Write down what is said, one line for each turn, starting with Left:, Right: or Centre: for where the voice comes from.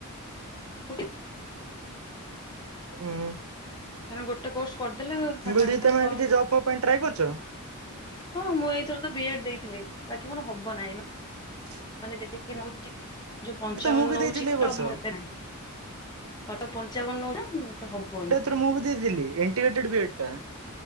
Left: ଓକେ
Right: ହୁଁ।
Left: କାରଣ ଗୋଟେ କୋର୍ସ କରିଦେଲେ
Right: ମୁଁ
Left: ଭା
Right: କହିଲି
Left: ସାଙ୍ଗେ
Right: ଦିଦି
Left: ସାଙ୍ଗେ
Right: ତମେ
Left: ଫ
Right: କିଛି ଜବ୍ ଫବ୍ ପାଇଁ ଟ୍ରାଏ କରିଛ?
Left: ହଁ ମୁଁ ଏଇଥର ତ ବି ଏଡ଼୍ ଦେଇଥିଲି ବାକି ମୋର ହବ ନାହିଁ।
Right: ହୁଁ।
Left: ମାନେ ଯେତିକି ନଉଚି ଯୋଉ ପଞ୍ଚାବନ
Right: ମୁଁ ବି
Left: ନଉଚି
Right: ଦେଇଥିଲି ଏ
Left: କଟ୍
Right: ବର୍ଷ
Left: ଅପ୍ ମୋର ଏତେ ନାହିଁ। କଟ ପଞ୍ଚାବନ ନଉଚି ନାଁ ତ ହବନି।
Right: ଡ ମୁଁ ବି ଦେଇଥିଲି ଏଣ୍ଟିଗେଟେଡ଼୍ ବି ଏଡ଼୍ ଟା।